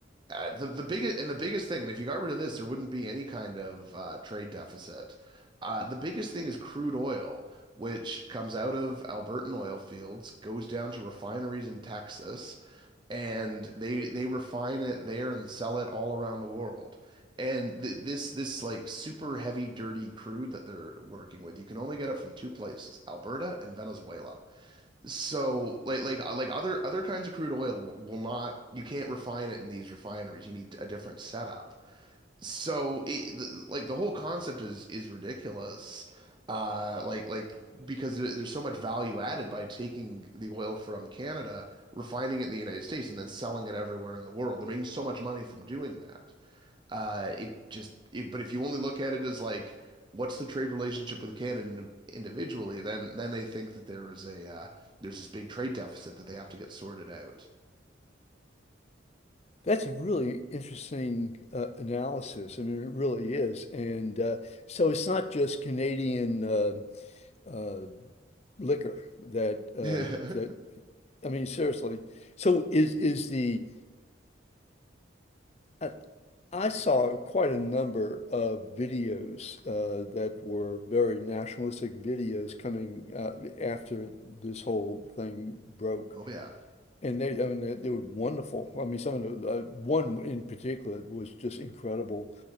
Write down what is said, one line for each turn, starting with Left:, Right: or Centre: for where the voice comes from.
Right: uh, the the biggest and the biggest thing, and if you got rid of this, there wouldn't be any kind of uh, trade deficit. Uh, the biggest thing is crude oil, which comes out of Albertan oil fields, goes down to refineries in Texas, and they they refine it there and sell it all around the world. And th this this like super heavy, dirty crude that they're working with, you can only get it from two places, Alberta and Venezuela. So like like uh, like other other kinds of crude oil w- will not you can't refine it in these refineries. You need a different setup. So it, th- like the whole concept is is ridiculous. Uh like like because there- there's so much value added by taking the oil from Canada, refining it in the United States and then selling it everywhere in the world. They're making so much money from doing that. Uh, it just, if but if you only look at it as like, what's the trade relationship with Canada individually, then then they think that there is a uh, there's this big trade deficit that they have to get sorted out.
Left: That's a really interesting uh, analysis. I mean, it really is. And uh, so it's not just Canadian uh, uh, liquor that uh,
Right: <laughs>
Left: that I mean, seriously. So is is the I, I saw quite a number of videos uh, that were very nationalistic videos coming uh, after this whole thing broke.
Right: Oh yeah.
Left: And they, I mean, they, they were wonderful. I mean, some of the uh, one in particular was just incredible